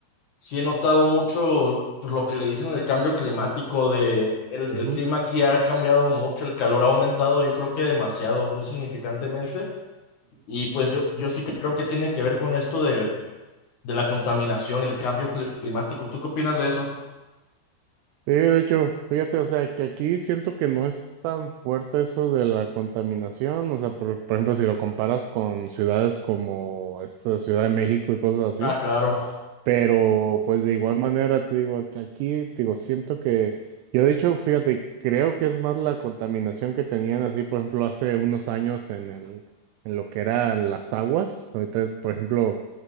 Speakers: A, on the left (about 60°); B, on the right (about 80°).
A: sí he notado mucho pues, lo que le dicen el cambio climático de el,
B: mhm
A: el clima aquí ha cambiado mucho, el calor ha aumentado, yo creo que demasiado, pues significantemente. Y pues yo, yo sí creo que tiene que ver con esto del, de la contaminación y el cambio cli- climático. ¿Tú qué opinas de eso?
B: Sí, de hecho, fíjate, o sea, que aquí siento que no es tan fuerte eso de la contaminación, o sea, por, por ejemplo, si lo comparas con ciudades como esta Ciudad de México y cosas así,
A: Ah, claro.
B: pero pues de igual manera te digo que aquí, te digo, siento que yo de hecho, fíjate, creo que es más la contaminación que tenían así, por ejemplo, hace unos años en el, en lo que eran las aguas. Ahorita, por ejemplo,